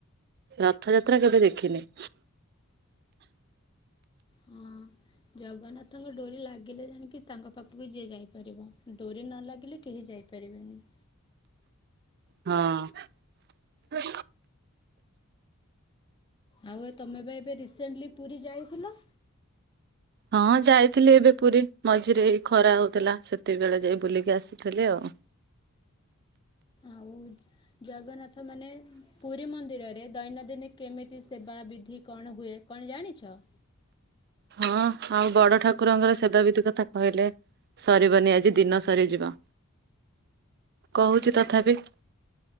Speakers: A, on the right; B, on the left.
A: ରଥଯାତ୍ରା କେବେ ଦେଖିନି।
B: ହଁ। ଜଗନ୍ନାଥଙ୍କ ଡୋରି ଲାଗିଲେ ଜାଣିକି ତାଙ୍କ ପାଖକୁ ଯିଏ ଯାଇପାରିବ ଡୋରି ନ ଲାଗିଲେ କେହି ଯାଇପାରିବେନି।
A: ହଁ। ହୁଁ
B: ଆଉ ଏ ତମେ ବା ଏବେ ରିସେଣ୍ଟଲି ପୁରୀ ଯାଇଥିଲ?
A: ହଁ ଯାଇଥିଲି ଏବେ ପୁରୀ ମଝିରେ ଏଇ ଖରା ହଉଥିଲା ସେତକିବେଳେ ଯାଇ ବୁଲିକି ଆସିଥିଲି ଆଉ।
B: ଆଉଚ ଜଗନ୍ନାଥ ମାନେ ପୁରୀ ମନ୍ଦିରରେ ଦୈନନ୍ଦିନ କେମିତି ସେବା ବିଧି କଣ ହୁଏ? କଣ ଜାଣିଛ?
A: ହଁ ଆଉ ବଡ ଠାକୁରଙ୍କର ସେବା ବିିଧି କଥା କହିଲେ ସରିବନି ଆଜି ଦିନ ସରିଯିବ କହୁଛି ତଥାପି